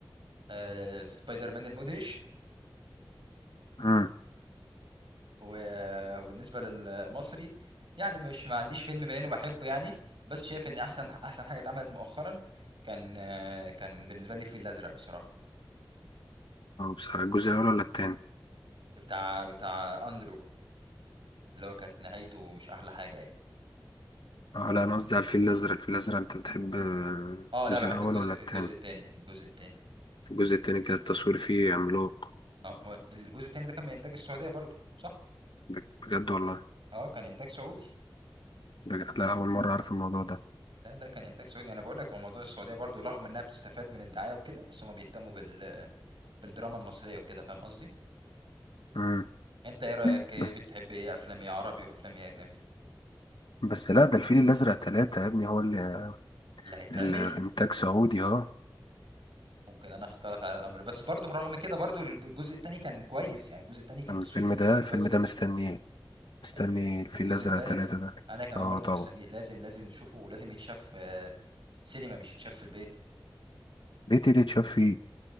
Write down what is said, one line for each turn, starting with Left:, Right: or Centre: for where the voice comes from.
Right: آه، سبايدر مان المدهش
Left: مم.
Right: و- وبالنسبه للمصري يعني مش ما عنديش فيلم بعينه بحبه يعني بس شايف ان احسن احسن حاجه اتعملت مؤخرا كان آه، كان بالنسبه لي الفيل الازرق بصراحه
Left: أه بصراحة الجزء الأول ولا التاني
Right: بتاع بتاع اندرو اللي هو كانت نهايته مش احلى حاجه يعني
Left: اه لا انا قصدي على الفيل الازرق الفيل الازرق انت بتحب آه،
Right: اه
Left: الجزء
Right: لا بحب
Left: الاول
Right: الجزء
Left: ولا التاني
Right: الجزء التاني الجزء التاني
Left: الجزء التاني كان التصوير فيه عملاق
Right: اه ما- الجزء التاني ده كان من انتاج السعوديه برضو صح
Left: بج- بجد والله
Right: اه كان انتاج سعودي
Left: بج... لا اول مره اعرف الموضوع ده
Right: لا لا كان انتاج سعودي انا بقول لك هو موضوع السعوديه برضو رغم انها بتستفاد من الدعايه وكده بس هما بيهتموا بال... بالدراما المصريه وكده فاهم قصدي
Left: امم
Right: انت ايه رايك إيه
Left: بس
Right: بتحب ايه افلام ايه عربي وافلام ايه اجنبي
Left: بس لا ده الفيل الازرق ثلاثة يا ابني هو اللي
Right: اللي هيتعمل
Left: الانتاج سعودي اه
Right: ممكن انا اختلط على الامر بس برضو رغم كده برضو الجزء التاني كان كويس يعني الجزء التاني كان
Left: كان
Right: التصوير
Left: الفيلم
Right: فيه
Left: ده
Right: كويس
Left: الفيلم
Right: جدا
Left: ده مستنيه مستني
Right: ال-
Left: الفيل
Right: الجزء
Left: الازرق
Right: التالت
Left: ثلاثة ده
Right: انا كمان
Left: اه
Right: برضو
Left: طبعا
Right: مستنيه لازم لازم نشوفه ولازم يتشاف آه، سينما مش يتشاف في البيت
Left: ليه تيجي تشاف فيه